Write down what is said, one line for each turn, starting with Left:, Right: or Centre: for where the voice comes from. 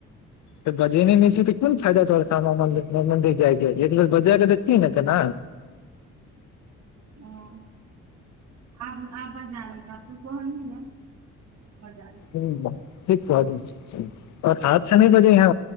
Left: त बजे नहि छि तऽ कोन फायदा तोहर‌ श्यामा मन्दिर जाइ के एक बेर बजा के देखति ने तना
Right: हाँ आ आब बजा लेबय आब तू कहली ना त बजा य
Left: ह ठीक बाद हाथ से नहि बजे हैं